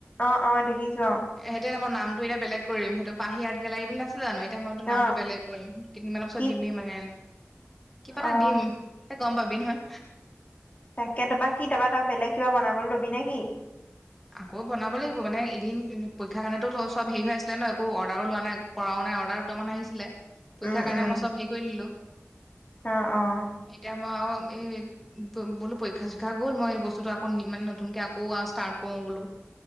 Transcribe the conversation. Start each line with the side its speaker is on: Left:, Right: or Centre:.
Left: অ - অ দেখিছো।
Centre: সেইটো এতিয়া মই নামটো এতিয়ােলেগ কৰিম সেইটো পাহি আৰ্ট গেলাৰী বুলি নাছিল। জানো এতিয়া মইতো নামটো
Left: অ
Centre: বেলেগ কৰিম কেইদিনমানৰ পিছত
Left: কি
Centre: দিমেই মানে কিবা এটা
Left: অ
Centre: দিম ত গম পাবি নহয়।
Left: তাকে তাৰপা কি তাৰা ত বেলেগ কিবা বনাব ল'বি নে কি?
Centre: আকৌ বনাব লাগিব মানে এদিন পৰীক্ষাৰ কাৰণেতো চব হেৰি হৈ আছিলে ন একো অৰ্ডাৰো লোৱা নাই কৰাও নাই। ম অৰ্ডাৰ দুটামান আহিছিলে। পৰীক্ষাৰ
Left: উম
Centre: কাৰণে
Left: উম
Centre: মই চব হেৰি কৰি দিলো
Left: অ অ
Centre: এতিয়া মই আৰু এ বো বুলো পৰীক্ষা চইক্ষা গ'ল মই বস্তুটো আকৌ মানে নতুনকে আকৌ ষ্টাৰ্ট কওঁ বলো